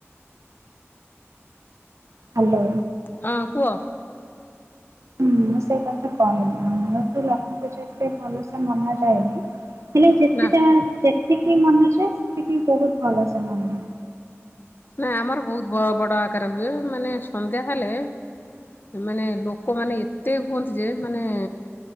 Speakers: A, on the right; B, on the left.
A: ହ୍ୟାଲୋ
B: ହଁ କୁହ
A: ହୁଁ ମୁଁ ସେଇ କଥା କହିଲି ଆମର ତୁ ଲକ୍ଷ୍ମୀ ପୂଜା ଏତେ ଭଲସେ ମନା ଯାଏନି ହେଲେ ଯେତେଟା
B: ନା
A: ଯେତିକି ମନାଯାଏ ସେତିକି ବହୁତ ଭଲସେ ମନାନ୍ତି।
B: ନା ଆମର ବହୁତ ବ ବଡ ଆକାର ହୁଏ ମାନେ ସନ୍ଧ୍ୟା ହେଲେ ମାନେ ଲୋକମାନେ ଏତେ ହୁଅନ୍ତି ଯେ ମାନେ